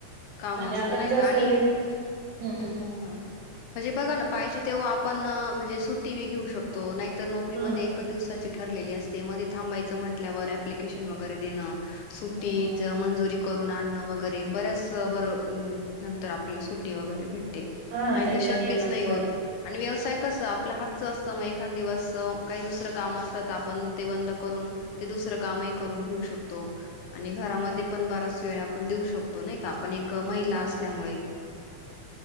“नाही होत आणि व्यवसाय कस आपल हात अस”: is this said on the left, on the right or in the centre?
Left